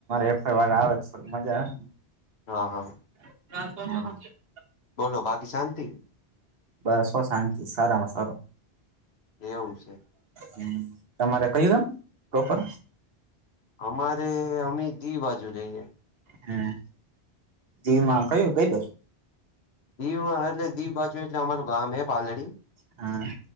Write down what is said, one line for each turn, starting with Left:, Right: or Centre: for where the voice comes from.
Right: એફ આઈ વાળ આવે થોડી મજા આવે.
Left: હા હા.
Right: <unintelligible>
Left: બોલો બાકી શાંતિ?
Right: બસ હો શાંતિ સારામાં સારું
Left: એવું છે.
Right: હમ્મ તમારે કયું ગામ પ્રોપર.
Left: અમારે અમી દીવ બાજુ રઈએ.
Right: હમ્મ. દીવ માં કયું કઈ બાજુ.
Left: દીવ એટલે દીવ બાજુ એટલે અમાર ગામ એ પાલડી.
Right: હા.